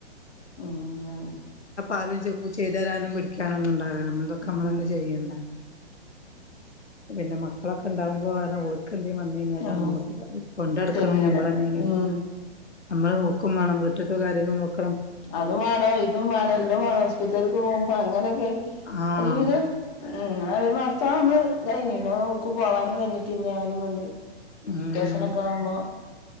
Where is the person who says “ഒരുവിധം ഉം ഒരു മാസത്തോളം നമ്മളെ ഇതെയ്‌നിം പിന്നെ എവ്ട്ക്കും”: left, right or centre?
Left